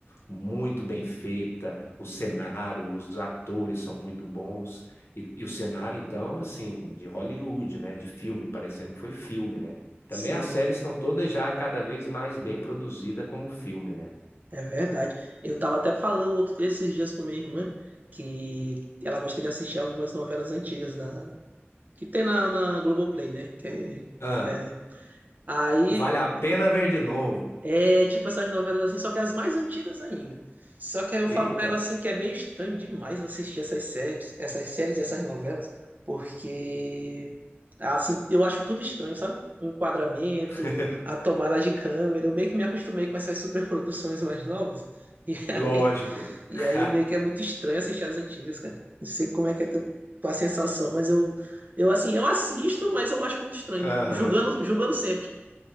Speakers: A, on the left; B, on the right.
A: muito bem feita. O cenário, os atores são muito bons. E, e o cenário, então, assim, de Hollywood, né? De filme, parecendo que foi filme, né? Também
B: Sim,
A: as séries estão todas já cada vez mais bem produzidas como filme, né?
B: é verdade. Eu tava até falando um outro, esses dias com minha irmã que ela gosta de assistir algumas novelas antigas da que tem na, na Globoplay, né? Que é,
A: Ah,
B: que é Aí
A: vale a pena ver de novo.
B: é tipo essas novelas assim, só que as mais antigas ainda. Só que aí eu falo
A: Eita,
B: pra ela assim que é meio estranho demais assistir essas séries, essas séries e essas novelas, porque assim, eu acho tudo estranho, sabe? O enquadramento,
A: <laughs>
B: a tomada de câmera, eu meio que me acostumei com essas superproduções mais novas. <laughs> E aí,
A: lógico.
B: e
A: <laughs>
B: aí meio que é muito estranho assistir as antigas, cara. Não sei como é que é tu- tua sensação, mas eu eu assim, eu assisto, mas eu acho muito estranho,
A: Aham.
B: julgando, julgando sempre.